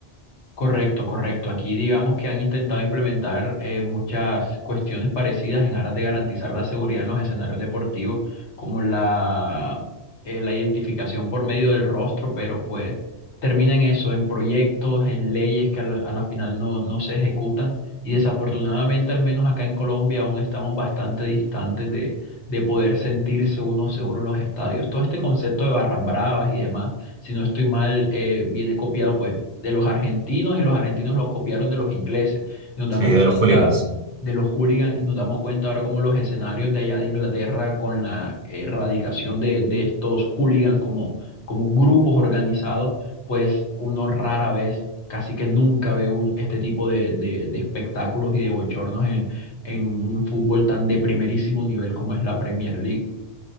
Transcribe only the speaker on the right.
Sí, de
los hooligans.